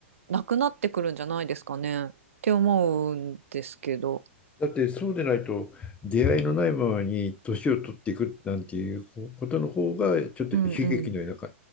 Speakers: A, on the right; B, on the left.
A: うなくなってくるんじゃないですかねって思うんですけど。
B: だってそうでないと出会いのないままに年を取っていくなんていうことの方がちょっと悲劇のようなか
A: うんうん。